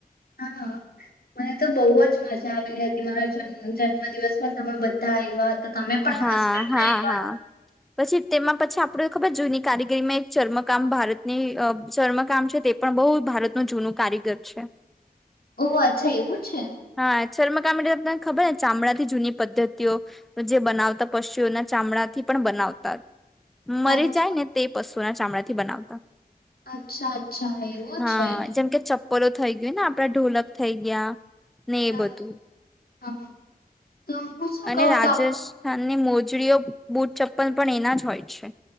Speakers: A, on the left (about 70°); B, in the centre.
A: હા. મને તો બહુ જ મજા આવેલી હતી મારા જન્મ દિવસમાં તમે બધા આવ્યા હતા તમે પણ
B: હા
A: ખાસ કરીને
B: હા
A: આવ્યા
B: હા પછી તેમાં પછી આપ ખબર જૂની કારીગીરીમાં એક ચર્મકામ ભારતની ચર્મકામ છે તે પણ બહુ ભારતનું જૂનું કારીગર છે
A: ઓહ અચ્છા એવું છે
B: હા શર્મકામ તને ખબર ને ચામડા થી જૂની પદ્ધતિઓ જે બનાવતા પશુઓના ચામડા થી પણ બવતા મરી
A: અચ્છ-
B: જાય ને તે પશુના ચામડાથી બનાવતા
A: અચ્છા અચ્છા એવું
B: હા
A: છે
B: જેમ કે ચપ્પલો થઈ ગયને આપડા ઢોલક થઈ ગયા ને
A: હા
B: એ બધું
A: હા તો હું શું
B: અને
A: કહું
B: રાજસ્થાનની
A: તો
B: મોજડી ઓ બુટ ચપ્પલ પણ એના જ હોય છે